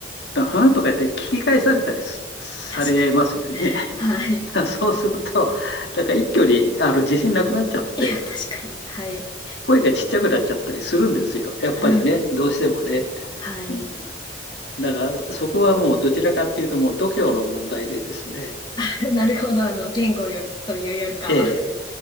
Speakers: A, on the left; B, on the left.
A: 花とか言って聞き返されたりすされますよね。
B: 確かに。
A: <laughs>
B: <laughs> はい。
A: だからそうすると、なんか一挙にあの自信なくなっちゃって、
B: いや、確かに。はい。
A: 声がちっちゃくなっちゃったりするんですよ。やっぱりね、
B: あ
A: どうしてもね。
B: あ、はい。
A: うんだから、そこはもうどちらかっていうと、もう度胸の問題でですね、
B: <laughs> なるほど。あの、言語より、というよりかは。
A: ええ、